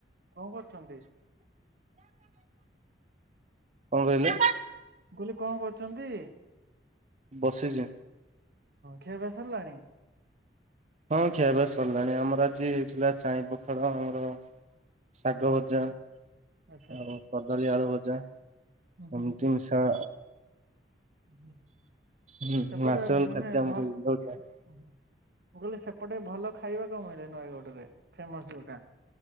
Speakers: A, on the right (about 60°); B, on the right (about 40°).
A: କଣ କରୁଛନ୍ତି
B: କହିଲେ?
A: କହିଲି କଣ କରୁଛନ୍ତି?
B: ବସିଛି।
A: ଖିଆ ପିଆ ସରିଲାଣି।
B: ହଁ ଖିଆ ପିଆ ସରିଲାଣି ଆମର ଆଜି ହେଇଥିଲା ଚାଇ ପଖାଳ ଆମର ଶାଗ ଭଜା
A: ଆଚ୍ଛା
B: ଆଉ କଦଳୀ ଆଳୁ ଭଜା
A: ହୁଁ
B: ଏମିତି ମିଶା
A: <inaudible>
B: ମାସ
A: ସେପଟେ
B: ମାସ
A: ମାନେ
B: ଏକ୍ଜାମ
A: ଭ
B: ଦେଇ ହଉଥିଲା।
A: ମୁଁ କହିଲି ସେପଟେ ଭଲ ଖାଇବା କଣ ମିଳେ ନୟାଗଡ଼ରେ ଫେମସ ଯୋଉଟା?